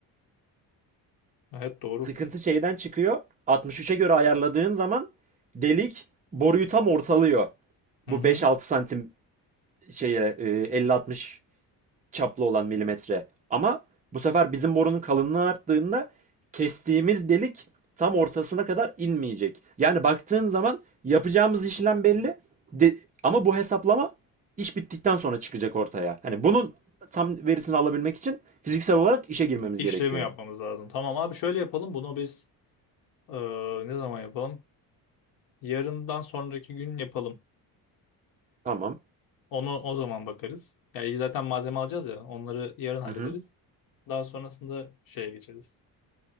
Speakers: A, on the left; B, on the right.
A: Evet doğru.
B: Sıkıntı şeyden çıkıyor. 63'e göre ayarladığın zaman delik boruyu tam ortalıyor.
A: Hı
B: Bu
A: hı.
B: 5-6 santim şeye e, 50-60 çaplı olan milimetre. Ama bu sefer bizim borunun kalınlığı arttığında kestiğimiz delik tam ortasına kadar inmeyecek. Yani baktığın zaman yapacağımız işlem belli. De- ama bu hesaplama iş bittikten sonra çıkacak ortaya. Hani bunun tam verisini alabilmek için fiziksel olarak işe girmemiz
A: işlemi
B: gerekiyor.
A: yapmamız lazım. Tamam abi şöyle yapalım. Bunu biz e, ne zaman yapalım? Yarından sonraki gün yapalım.
B: Tamam.
A: Onu o zaman bakarız. Yani zaten malzeme alacağız ya. Onları yarın hallederiz.
B: Hı hı.
A: Daha sonrasında şeye geçeriz.